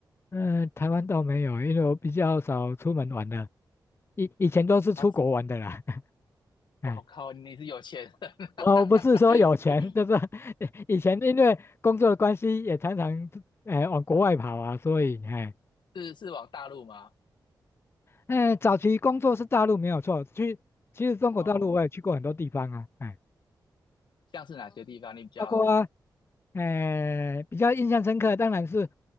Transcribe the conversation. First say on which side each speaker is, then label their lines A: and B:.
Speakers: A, on the left; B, on the left.
A: 嗯，台湾倒没有，因为我比较少出门玩的，以以前都是出国玩的啦，
B: 那
A: <laughs> 哎，
B: 我、哦靠，你是有钱人，
A: 哦，
B: <laughs>
A: 不是说有钱，就是 <laughs> 以前因为工作的关系，也常常哎往国外跑啊，所以哎，
B: 是是往大陆吗？
A: 哎，早期工作是大陆没有错，去其实中国大陆我也去过很多地方啊，
B: 哦，
A: 哎，
B: 像是哪些地方你比较？
A: 包括呃比较印象深刻，当然是